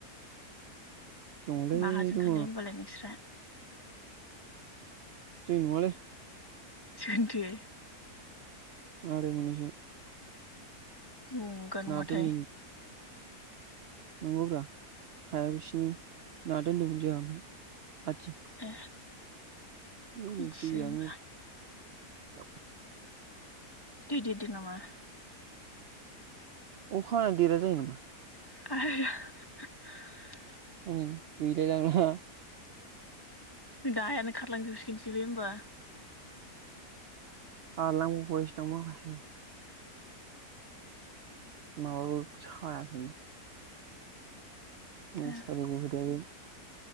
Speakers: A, on the right; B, on the left.
A: दङलै
B: माहाजोन
A: दङ
B: थारलै होनोमबालाय नोंस्रा।
A: जोंनि नंआलै।
B: सोरनिथो
A: आरो मोनैसो
B: नंगोना नङाथाय
A: दोनदोंमोन नंगौब्रा हाया बिसिनि <unintelligible> आतसा
B: ए
A: उम
B: बिदिसो
A: दैआनो
B: होमबा
A: <unintelligible>
B: दै देरदो नामा?
A: अखा हाना देरा जायो नामा!
B: <inaudible>
A: <unintelligible>
B: नायानो खारलांजुबसिगोनसो बे होनबा।
A: खारलांबावबायसोदां माखासे। माबाबो सायाखैनो। मुसारिबो
B: मा
A: होथेयाखै